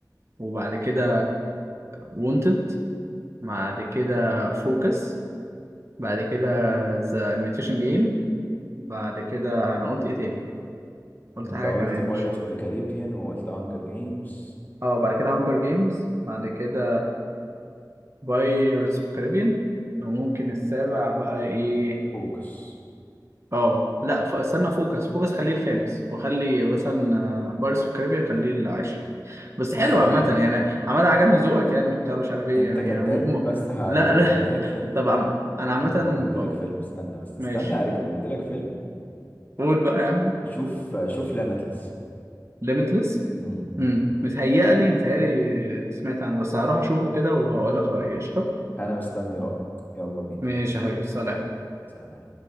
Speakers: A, on the right; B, on the left.
A: وبعد كده وونتد بعد كده فوكس بعد كده ذا imitation جيم بعد كده انا قلت ايه تاني قلت
B: انت
A: حاجه
B: قلت
A: كمان
B: بايرتس
A: مش
B: اوف ذا كاريبيان وقلت هانجر جيمز
A: اه بعد كده هانجر جيمز بعد كده بايرتس اوف كاريبيان وممكن السابع بقى ايه
B: فوكس
A: اه لا ف... استنى فوكس فوكس خليه الخامس وخلي مثلا بايرتس اوف كاريبيان خليه العاشر بس
B: السادة
A: حلو عامه يعني عامه عجبني ذوقك يعني وبتاع مش عارف ايه
B: انت
A: يعني
B: كذاب
A: م... م...
B: بس هريكومند
A: لا لا
B: لك فيلم
A: طب عم... انا عامه
B: هريكومند
A: آه،
B: لك فيلم استنى بس
A: ماشي
B: استنى هريكومند لك فيلم
A: قول بقى يا عم
B: وشوف شوف ليميتلس
A: limitless
B: امم
A: امم متهيألي متهيألي سمعت عنه بس هروح اشوفه كده وهقول لك رأيي قشطة
B: انا مستني رايك يلا بينا
A: ماشي يا حبيبي سلام
B: سلام